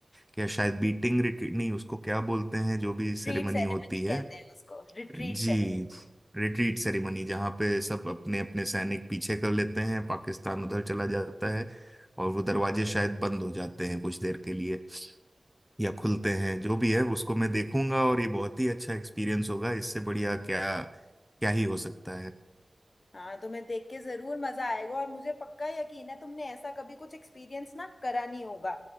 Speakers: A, in the centre; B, on the left.
A: क्या शायद बीटिंग रिट्रीट नहीं उसको क्या बोलते हैं जो भी सेरेमनी
B: Retreat ceremony
A: होती है
B: कहते हैं उसको रिट्रीट
A: जी
B: सेरेमनी
A: रिट्रीट सेरेमनी जहाँ पे सब अपने अपने सैनिक पीछे कर लेते हैं पाकिस्तान उधर चला जाता है और वो दरवाजे शायद बंद हो जाते हैं कुछ देर के लिए या खुलते हैं जो भी है उसको मैं देखूंगा और ये बहुत ही अच्छा एक्सपीरियंस होगा इससे बढ़िया क्या क्या ही हो सकता है
B: हाँ तुम्हें देख के जरूर मजा आएगा और मुझे पक्का यकीन है तुमने ऐसा कभी कुछ एक्सपीरियंस ना करा नहीं होगा